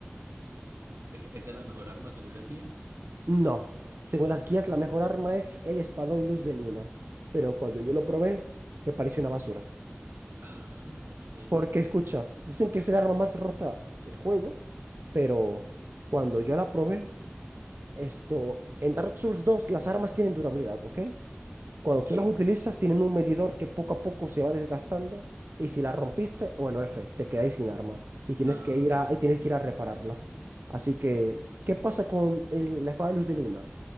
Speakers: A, on the right; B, on the right.
A: ¿Es, esa es la mejor arma según las guías?
B: No, según las guías, la mejor arma es el espadón luz de luna, pero cuando yo lo probé, me pareció una basura.
A: Ah, ok.
B: Porque escucha, dicen que es el arma más rota del juego, pero cuando yo la probé, esto, en Dark Souls dos las armas tienen durabilidad, ¿ok? Cuando
A: Sí.
B: tú las utilizas, tienen un medidor que poco a poco se va desgastando, y si la rompiste, bueno, F, te quedáis sin arma y tienes
A: Ah,
B: que ir a, y tienes que ir a repararla. Así que, ¿qué pasa con el- la espada de luz de luna?